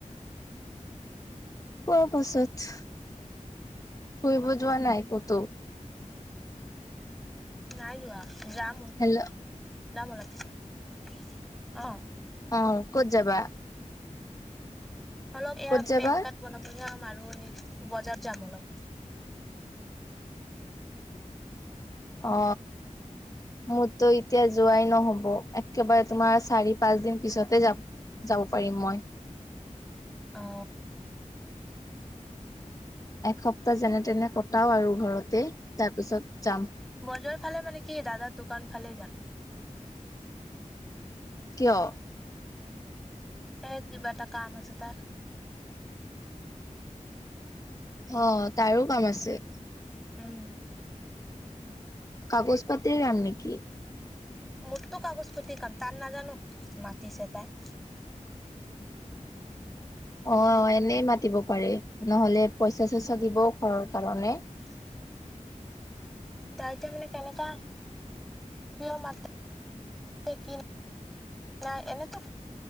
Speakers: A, on the left; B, in the centre.
A: কোৱা পাছত? ফুৰিব যোৱা নাই ক'তো?
B: নাই যোৱা, যাম ওলাম
A: হেল্ল'
B: অলপ পিছত অ।
A: অ ক'ত যাবা?
B: অলপ এয়া
A: ক'ত যাবা
B: পেন কাৰ্ড বনাব যাম আৰু নি বজাৰ যাম অলপ।
A: অ। মোৰতো এতিয়া যোৱাই নহব, একেবাৰে তোমাৰ চাৰি - পাঁচ দিন পিছতে যা যাব পাৰিম মই।
B: অঁ।
A: এসপ্তাহ যেনে তেনে কটাও আৰু ঘৰতে তাৰপিছত যাম।
B: বজাৰ ফালে মানে কি দাদাৰ দোকান ফালে যাম।
A: কিয়?
B: এ, কিবা এটা কাম আছে তাত।
A: অ' তাৰো কাম আছে।
B: উম।
A: কাগজ পাতি ৰাম নিকি?
B: মোৰতো কাগজ পতি কাম, তাৰ নাজানো মাতিছে তাই?
A: অ এনেই মাতিব পাৰে, নহলে পইচা - চইচা দিবও ঘৰৰ কাৰণে।
B: কি <inaudible> তাইতিয়া মানে কেনেকা কিয় মাত কি নাই এনেতো